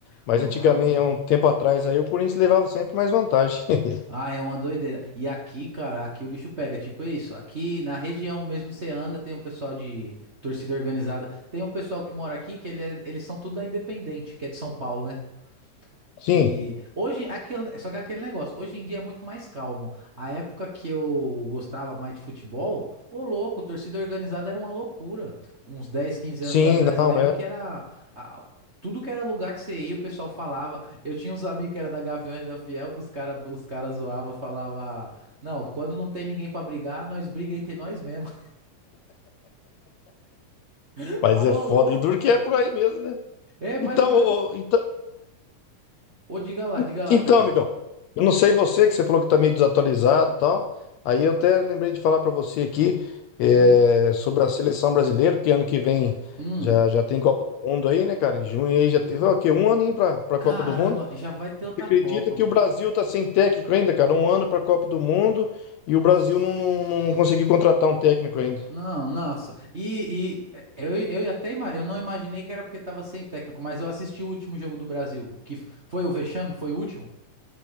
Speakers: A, on the left (about 75°); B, on the right (about 60°).
A: Mas
B: Ah,
A: antigamente, há um tempo atrás, aí o Corinthians levava sempre mais vantagem. <laughs>
B: ah, é uma doideira. E aqui, cara, aqui o bicho pega, tipo isso. Aqui na região mesmo você anda, tem um pessoal de torcida organizada. Tem um pessoal que mora aqui que ele é- eles são tudo da Independente, que é de São Paulo, né?
A: Sim,
B: E hoje, aquele, só que aquele negócio, hoje em dia é muito mais calmo. A época que eu gostava mais de futebol, ô louco, torcida organizada era uma loucura. Uns 10 quinze
A: sim,
B: anos atrás,
A: não
B: eu lembro
A: é.
B: que era a- tudo que era lugar que você ia, o pessoal falava. Eu tinha uns amigos que era da Gaviões da Fiel, que os caras os cara zoavam, falava, não, quando não tem ninguém pra brigar, nós briga entre nós mesmo. <laughs>
A: Mas
B: Falou
A: é foda.
B: louco,
A: E duro que
B: velho.
A: é por aí mesmo, né?
B: É mais
A: Então,
B: ou menos.
A: ô, ô, então,
B: Ô, diga lá,
A: En-
B: diga lá,
A: Então,
B: Pedrão.
A: amigão, eu não sei você, que você falou que tá meio desatualizado e tal. Aí eu até lembrei de falar pra você aqui é,
B: Hum,
A: sobre a seleção brasileira, Porque ano que vem
B: hum.
A: já, já tem Copa do Mundo aí, né, cara? Em junho aí já teve, ó, o quê? Um aninho pra, pra
B: Caramba,
A: Copa do Mundo.
B: já vai ter outra
A: Você acredita
B: Copa.
A: que o Brasil tá sem técnico ainda, cara? Um ano pra Copa do Mundo e
B: Nossa.
A: o Brasil não, não, não conseguiu contratar um técnico ainda.
B: Não, nossa. E, e eu, eu até ima- eu não imaginei que era porque tava sem técnico, mas eu assisti o último jogo do Brasil, que f- foi o vexame, foi o último.